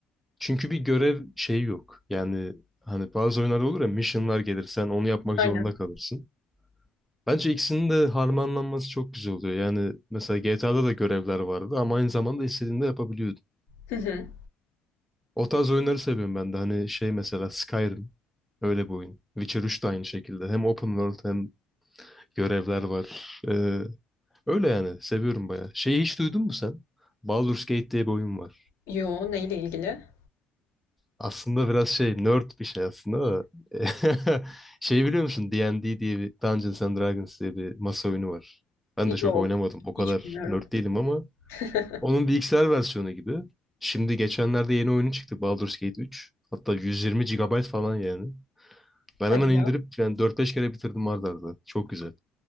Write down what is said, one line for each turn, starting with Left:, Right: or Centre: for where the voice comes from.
Centre: Çünkü bir görev şeyi yok. Yani hani bazı oyunlarda olur ya missionlar gelir sen onu yapmak
Left: Aynen.
Centre: zorunda kalırsın. Bence ikisinin de harmanlanması çok güzel oluyor. Yani mesela GTA'da da görevler vardı ama aynı zamanda istediğinde yapabiliyorsun.
Left: Hı hı.
Centre: O tarz oyunları seviyorum ben de. Hani şey mesela Skyrim. Öyle bir oyun. Witcher üç de aynı şekilde. Hem open world hem görevler var. Ee, öyle yani. Seviyorum bayağı. Şeyi hiç duydun mu sen? Baldur's Gate diye bir oyun var.
Left: Yo neyle ilgili?
Centre: Aslında biraz şey nerd bir şey aslında da. <laughs> Şey biliyor musun? D&D diye bir Dungeons and Dragons diye bir masa oyunu var. Ben de çok
Left: Yo
Centre: oynamadım. O kadar
Left: hiç bilmiyorum.
Centre: nerd değilim ama
Left: <laughs>
Centre: onun bilgisayar versiyonu gibi. Şimdi geçenlerde yeni oyunu çıktı Baldur's Gate üç Hatta 120 gigabayt falan yani. Ben
Left: Hadi
Centre: hemen indirip
Left: ya.
Centre: yani 4-5 kere bitirdim arda arda. Çok güzel.